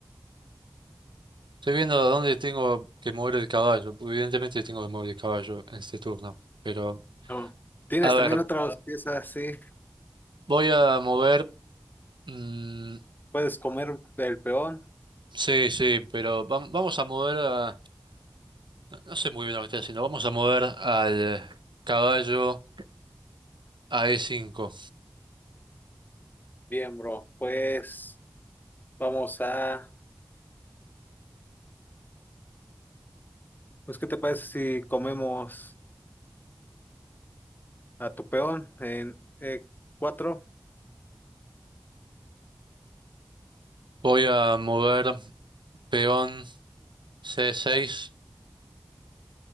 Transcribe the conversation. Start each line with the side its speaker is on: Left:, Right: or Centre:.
Right: estoy viendo dónde tengo que mover el caballo. porque Evidentemente tengo que mover el caballo en este turno. Pero,
Left: No. Tienes
Right: a ver,
Left: también Ah, otras piezas, sí.
Right: voy a mover... mm,
Left: Puedes comer el peón.
Right: sí, sí, pero vam- vamos a mover a... No no sé muy bien lo que estoy haciendo. Vamos a mover al caballo a e cinco.
Left: Bien, bro. Pues vamos a... Pues, ¿qué te parece si comemos a tu peón en e cuatro
Right: Voy a mover peón c seis